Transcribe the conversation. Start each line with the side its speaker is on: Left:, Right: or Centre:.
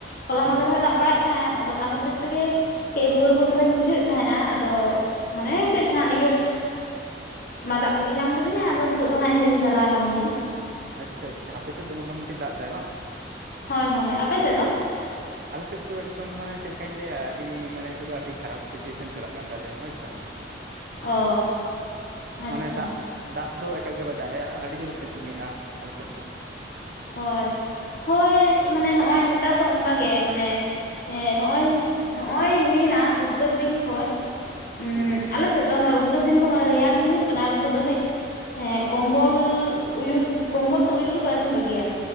Left: ᱦᱚᱞᱟ
Right: ᱦᱩᱸ
Left: ᱢᱫᱮᱨᱮᱦᱭ
Right: ᱦᱩᱸ
Left: ᱫᱟᱜ ᱵᱟᱲᱟᱭᱫ ᱛᱟᱦᱮᱸᱫ ᱟᱫᱚ ᱚᱱᱟ ᱠᱷᱟᱹᱛᱤᱨ ᱛᱮᱜᱮ ᱠᱟᱹᱡ ᱨᱩᱣᱟᱹ ᱨᱩᱣᱟᱹ ᱫᱷᱟᱨᱟᱧ ᱵᱩᱡᱷᱣᱮᱫ ᱛᱟᱦᱮᱸᱼᱟ ᱟᱫᱚ ᱢᱟᱱᱮ ᱠᱟᱹᱡ ᱴᱷᱟ ᱤᱭᱟᱹ ᱢᱟᱫᱟᱜ ᱠᱚᱜᱮ ᱧᱟᱢ ᱞᱤᱫᱤᱧᱟ ᱟᱫᱚ ᱱᱤᱛᱚᱜ ᱫᱚ ᱱᱦᱜ ᱤᱧ ᱵᱮᱥ ᱫᱷᱟᱨᱟ ᱟᱠ ᱜᱮᱭᱟ
Right: ᱟᱪᱪᱷᱟ ᱟᱪᱪᱷᱟ ᱟᱯᱮ ᱥᱮᱫ ᱫᱚ ᱢᱚᱴᱟᱢᱩᱴᱤ ᱫᱟᱜ ᱮᱟᱭ ᱵᱟᱝ
Left: ᱦᱳᱭ ᱦᱳᱭ ᱟᱯᱮᱥᱮᱫ ᱫᱚ
Right: ᱟᱞᱮ ᱥᱮᱫ ᱫᱚ ᱮᱠᱫᱚᱢ ᱢᱟᱱᱮ ᱪᱮᱫ ᱞᱮᱠᱟᱧ ᱞᱟᱹᱭᱟ ᱟᱹᱰᱤ ᱢᱟᱱᱮ ᱱᱤᱛᱚᱜ ᱫᱚ ᱟᱹᱰᱤ ᱠᱷᱟᱨᱟᱯ ᱥᱤᱪᱩᱭᱮᱥᱚᱱ ᱪᱟᱞᱟᱜ ᱠᱟᱱ ᱛᱟᱞᱮᱭᱟ ᱦᱳᱭᱥᱮ
Left: ᱚ ᱟᱪᱪᱷᱟ
Right: ᱢᱟᱱᱮ ᱫᱟᱜ ᱫᱟᱜ ᱫᱚ ᱮᱠᱟᱞ ᱜᱮ ᱵᱟᱭ ᱫᱟᱜ ᱮᱼᱟ ᱟᱹᱰᱤ ᱡᱳᱨᱮ ᱥᱤᱛᱩᱝ ᱮᱼᱟ ᱟᱞᱮ ᱥᱮᱫ ᱫᱚ
Left: ᱦᱳᱭ ᱦᱳᱭ ᱢᱟᱱᱮ ᱱᱚᱜᱼᱚᱭ ᱱᱮᱛᱟᱨ ᱫᱚ ᱚᱱᱠᱟᱜ ᱜᱮ ᱢᱟᱱᱮ ᱦᱮᱸ ᱱᱚᱜᱼᱚᱭ ᱦᱚᱸᱜᱼᱚᱭ ᱦᱩᱭᱱᱟ ᱩᱯᱜᱟᱹᱨ ᱫᱤᱱ ᱠᱷᱚᱡ ᱩᱸ
Right: ᱦᱩᱸ
Left: ᱟᱞᱮ ᱥᱮᱫ ᱫᱚ ᱱᱚᱜᱚᱭ ᱩᱫᱽᱜᱟᱹᱨ ᱫᱤᱱ... ᱫᱚᱜᱚᱭ ᱨᱮᱭᱟᱲ ᱫᱚ ᱦᱩᱭᱩᱜ ᱠᱟᱱᱟ ᱱᱤᱛᱚᱜ ᱫᱷᱟᱹᱵᱤᱡ ᱦᱮᱸ ᱠᱚᱢᱵᱚᱞ ᱩᱭᱩ ᱠᱚᱢᱵᱚᱞ ᱛᱮ ᱩᱭᱩ ᱜᱮ ᱵᱟᱨᱤᱧ ᱵᱟᱹᱜᱤᱭᱟ